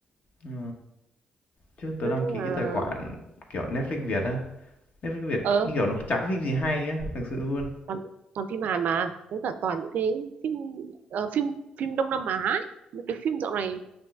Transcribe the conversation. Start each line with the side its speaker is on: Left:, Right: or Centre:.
Left: Ừ. Chứ tớ
Right: nói
Left: đăng
Right: chung
Left: ký
Right: là
Left: cái tài khoản kiểu Netflix Việt á. Netflix Việt
Right: ờ
Left: như kiểu nó chả có phim gì hay á, thực sự luôn.
Right: toàn toàn phim Hàn mà với cả toàn những cái phim ờ, phim phim Đông Nam Á ấy. Mấy cái phim dạo này